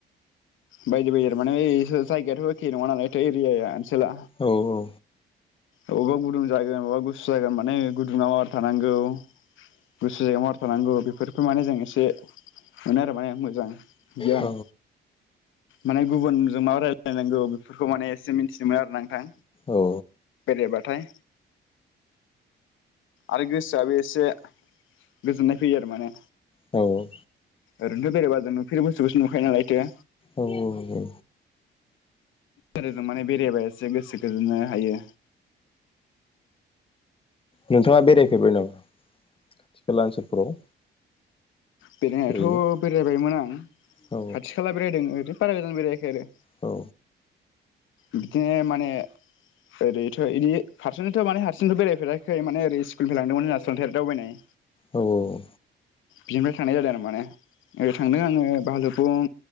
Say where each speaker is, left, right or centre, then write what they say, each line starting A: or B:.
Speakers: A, on the left; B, on the left.
A: बायदि बायदि आरो माने जायगायाथ' एखे नङा नालायथो एरियाया ओनसोला
B: औ औ
A: अबेबा गुदुं जागोन अबेबा गुसु जागोन माने गुदुङाव आरो थानांगौ गोसो जायगायाव माबोरै थानांगौ बेफोरखौ माने जों एसे मोनो आरो माने मोजां गियान
B: औ
A: माने गुबुनजों मा रायलायनांगौ बेफोरखौ माने एसे मिथिदोंमोन आरो नोंथां
B: औ
A: बे बाथाय आरो गोसोआबो एसे गोजोननाय फैयो आरो माने
B: औ
A: ओरैनोथ' बेरायबा जों नुफेरै बस्थुखौसो नुखायो नालायथो
B: औ औ औ
A: बिजों माने बेरायबा एसे गोसो गोजोननो हायो
B: नोंथाङा बेरायफेरबाय नामा खाथि खाला ओनसोलफोराव
A: बेरायनायाथ'
B: ओरैनो
A: बेरायबायमोन आं
B: औ
A: खाथि खाला बेरायदों <unintelligible> बारा गोजान बेरायाखै आरो
B: औ
A: बिदिनो माने ओरैथ' इदि हारसिंनोथ' माने हारसिंथ' बेरायफेरा खै माने ओरै स्कुलनिफ्राय लांदोंमोन <unintelligible> दावबायनाय
B: औ औ औ
A: बि थांनाय जादों आरो माने ओरै थांदों आङो भालुपुं